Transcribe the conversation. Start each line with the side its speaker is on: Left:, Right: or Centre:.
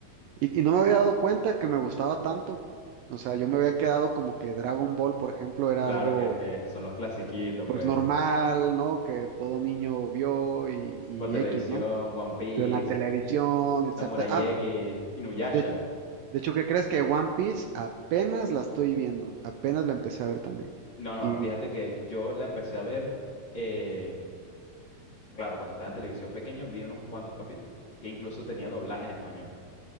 Right: Y, y no me había dado cuenta que me gustaba tanto. O sea, yo me había quedado como que Dragon Ball, por ejemplo, era
Left: Claro
Right: algo
Left: que es que son los clasiquitos,
Right: pues
Left: pues.
Right: normal, ¿no? Que todo niño vio y, y
Left: por televisión,
Right: X, ¿no?
Left: One Piece,
Right: Pero en la televisión, exacta.
Left: Samurai
Right: Ah,
Left: X, Inuyasha.
Right: de, de hecho, ¿qué crees que One Piece apenas la estoy viendo? Apenas la empecé a ver también.
Left: No, no,
Right: Y
Left: fíjate que yo la empecé a ver, eh, claro, cuando estaba en televisión pequeño vi unos cuantos capítulos, que incluso tenía doblaje en español.